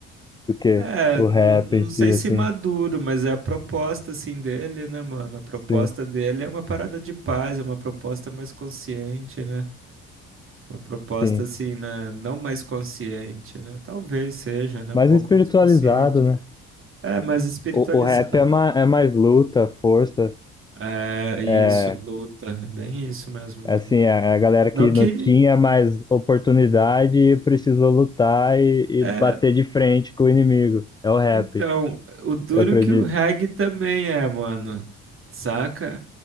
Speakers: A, on the left; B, on the right.
A: do que
B: É,
A: o
B: n-
A: rap
B: não
A: em si,
B: sei
A: assim,
B: se maduro, mas é a proposta assim dele, né, mano? A proposta
A: sim,
B: dele é uma parada de paz, é uma proposta mais consciente, né? Uma proposta
A: sim.
B: assim, né? Não mais consciente, né? Talvez seja, né?
A: mais
B: Um pouco
A: espiritualizado,
B: mais consciente.
A: né?
B: É, mais espiritualizado.
A: O, o rap é, ma, é mais luta, força,
B: É, isso,
A: é
B: luta. É bem isso mesmo,
A: é
B: mano.
A: assim, é é a galera que
B: Não que.
A: não tinha mais oportunidade e precisou lutar e, e
B: É,
A: bater de frente com o inimigo. É o rap,
B: então, o duro
A: eu acredito.
B: que o reggae também é, mano. Saca?